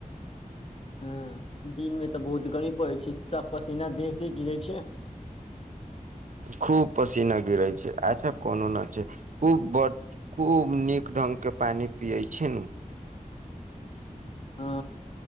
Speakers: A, on the left; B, on the right.
A: हँ, दिन मे तऽ बहुत गमी पड़ैत छै पसीना देह से गिरे छै।
B: खूब पसीना गिरै छै, अच्छा कोनो नहि छै, खूब ब खूब नीक ढङ्गके पानि पियै छै न।
A: हँ